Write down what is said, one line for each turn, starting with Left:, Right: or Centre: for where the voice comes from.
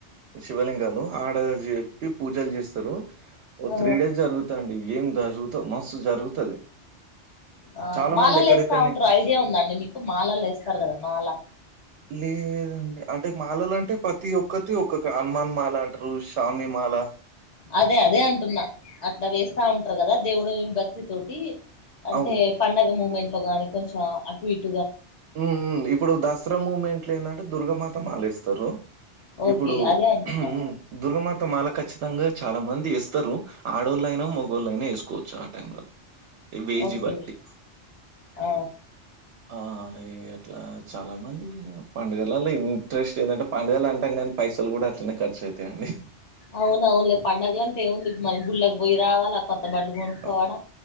Right: శివలింగాలు ఆడా చెప్పి పూజల్ జేస్తరూ ఓ
Left: ఆ
Right: త్రీ డేస్ జరుగుత అండి ఏం జరుగుతద్ మస్తు జరుగుతది.
Left: ఆ
Right: చాలా
Left: మాలలు
Right: మంది ఎక్కడెక్కడి
Left: ఏస్తా ఉంటరు
Right: నుంచో
Left: ఐడియా ఉందా అండి మీకు మాలలు ఏస్తారు గదా మాలా.
Right: లేదండి అంటే మాలలంటే ప్రతి ఒక్కటీ ఒక్కక హనుమాన్ మాలా అంటరూ షామ్నీ మా. మాలా
Left: అదే అదే అంటున్నా అట్లా వేస్తా ఉంటరు గదా దేవుడు భక్తి తోటీ. అంటే
Right: అవును.
Left: పండగ మూమెంట్ లో గానీ కొంచెం అటు ఇట్
Right: ఊఊ ఇప్పుడు దసరా మూమెంట్లో ఏందంటే దుర్గామాత మాలేస్తరు.
Left: ఓకే
Right: ఇప్పుడూ
Left: అదే అంటున్నా
Right: హ్ము దుర్గామాత తా మాల ఖచ్చితంగా చాలా మంది ఏస్తరూ ఆడోళ్ళయినా మొగోళ్ళయినా ఏసుకోవచ్చు ఆ టైం లల్లా. ఏం వేజీ
Left: ఓకే
Right: వట్టి
Left: ఆ
Right: ఆ ఏం అట్లా చాలా మందీ పండుగలల్ల ఇంట్రెస్ట్ ఏందంటే పండగలు అంటాం గానీ పైస సల్ గూడా అట్లనే ఖర్చు అయితయండి.
Left: అవును అవునులే పండగలంటే ఏముంది మన్ గుడ్ళకి పోయి రావాలా కొత్త్ త్త బట్టలు కొనుక్కోవాడా
Right: ఆ!